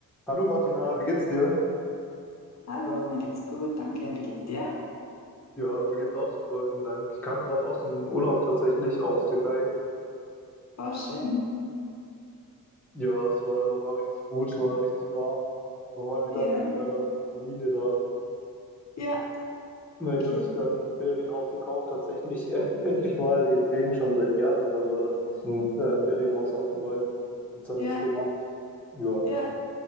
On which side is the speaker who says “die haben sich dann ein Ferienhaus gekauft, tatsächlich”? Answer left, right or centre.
Centre